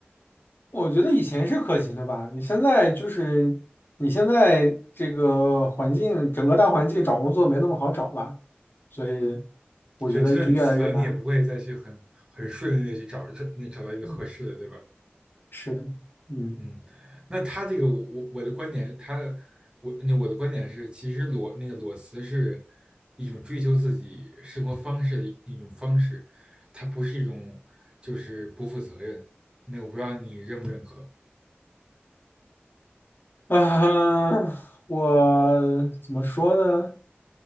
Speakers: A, on the left; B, on the right.
A: 我觉得以前是可行的吧，你现在就是你现在这个环境，整个大环境找工作没那么好找了，所以我觉得就越来越难。
B: 所以就算你辞了，你也不会再去很很顺利的去找这那找到一个合适的，
A: 嗯，
B: 对吧？
A: 是的，嗯
B: 嗯，那他这个我我我的观点，他我那我的观点是，其实裸那个裸辞是一种追求自己生活方式的一一种方式，它不是一种就是不负责任。那我不知道你认不认可？
A: 啊，我怎么说呢？